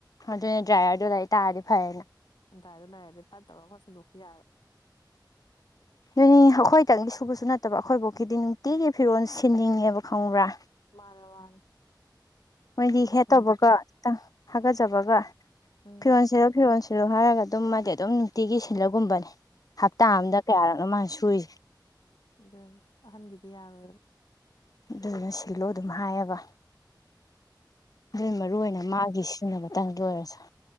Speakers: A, on the left; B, on the left.
A: ꯑꯗꯨꯅꯦ ꯗ꯭ꯔꯥꯏꯌꯔꯗꯨ ꯂ ꯇꯥꯔꯗꯤ ꯐꯔꯦꯅ
B: ꯑꯗꯨꯟꯏꯗ ꯂꯩꯔꯗꯤ ꯐꯠ ꯇꯧꯔꯒ ꯈꯠꯁꯨꯗꯣꯛꯈꯤ ꯌꯥꯔꯦ
A: ꯑꯗꯨꯅꯤ ꯑꯩꯈꯣꯏꯇꯪꯗꯤ ꯁꯨꯕꯁꯨ ꯅꯠꯇꯕ ꯑꯩꯈꯣꯏꯐꯥꯎꯀꯤꯗꯤ ꯅꯨꯡꯇꯤꯒꯤ ꯐꯤꯔꯣꯜ ꯁꯤꯟꯅꯤꯡꯉꯦꯕ ꯈꯪꯕ꯭ꯔꯥ
B: ꯃꯥꯅꯦ ꯃꯥꯅꯦ
A: ꯃꯣꯏꯗꯤ ꯍꯦ
B: ꯑꯍꯟꯒꯤꯗꯤ
A: ꯇꯧꯕꯒ ꯈꯤꯇꯪ ꯍꯥꯒꯠꯆꯕꯒ
B: ꯎꯝ
A: ꯐꯤꯔꯣꯜ ꯁꯤꯔꯣ ꯐꯤꯔꯣꯜꯁꯤꯣ ꯁꯤꯜꯂꯣ ꯍꯥꯏꯔꯒ ꯑꯗꯨꯝ ꯃꯥꯗꯤ ꯑꯗꯨꯝ ꯅꯨꯡꯇꯤꯒꯤ ꯁꯤꯜꯂꯒꯨꯝꯕꯅꯦ ꯍꯞꯇꯥ ꯑꯝꯗ ꯀꯌꯥꯔꯛꯅꯣ ꯃꯥꯜꯅꯁꯤ ꯍꯨꯏ
B: ꯑꯗꯨ ꯑꯍꯟꯒꯤꯗꯤ ꯌꯥꯔꯣꯏꯕ
A: ꯑꯗꯨꯗꯨꯅ ꯁꯤꯜꯂꯣ ꯑꯗꯨꯝ ꯍꯥꯏꯌꯦꯕ ꯑꯗꯨ ꯃꯔꯨꯏ ꯑꯣꯏꯅ ꯃꯥꯒꯤ ꯁꯤꯖꯤꯟꯅꯕꯇꯪꯒꯤ ꯑꯣꯏꯔꯁꯨ